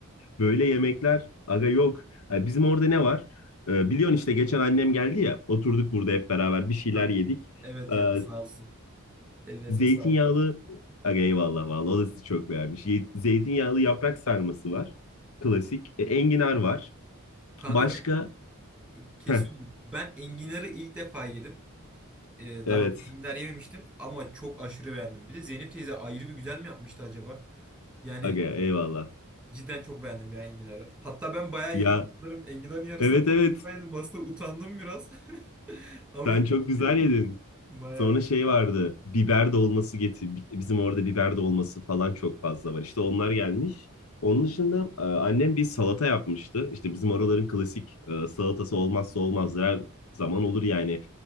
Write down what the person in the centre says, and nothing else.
Kanka.
Evet
ya sağ olsun. Ellerine
sağlık.
Kanka
ben kesiyorum.
Ben enginarı ilk defa yedim. Ee,
daha önce enginar yememiştim ama çok aşırı beğendim. Bir de Zeynep teyze ayrı bir güzel mi yapmıştı acaba? Yani
Cidden çok beğendim ya enginarı. Hatta ben bayağı
yedim. Sanırım enginarın yarısından
fazla yedim. Aslında utandım biraz. <laughs> Ama
ilk
defa
yiyordum.
Bayağı.